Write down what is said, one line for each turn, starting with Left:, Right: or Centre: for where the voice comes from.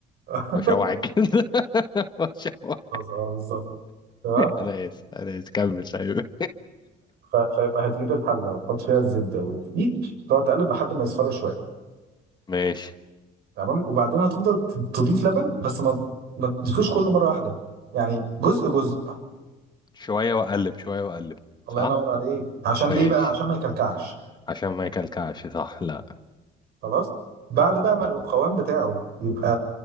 Right: <laughs>
Left: واشوح الجلد <laughs> واشوح
Right: خلاص اه بالظبط تمام
Left: انا اسف انا اسف كمل طيب
Right: ف- فيبقى هتجيب الحله وتحط فيها الزبده والدقيق تقعد تقلب لحد ما يصفر شويه
Left: ماشي
Right: تمام وبعدين هتفضل ت- تضيف لبن بس ما ما تضيفوش كله مره واحده يعني جزء جزء
Left: شويه واقلب شويه واقلب
Right: الله
Left: صح
Right: ينور عليك عشان
Left: ماشي
Right: ليه بقى عشان ما يكلكعش
Left: عشان ما يكلكعش صح لا
Right: خلاص بعد بقى ما القوام بتاعه يبقى